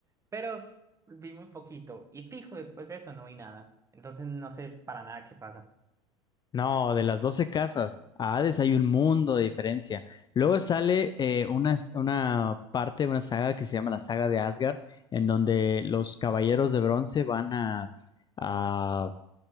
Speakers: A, on the right; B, on the left.
A: pero f- vi muy poquito. Y fijo, después de eso no vi nada. Entonces no sé para nada qué pasa.
B: No, de las 12 casas a Hades hay un mundo de diferencia. Luego sale eh, una, una parte, una saga que se llama la saga de Asgard, en donde los caballeros de bronce van a, a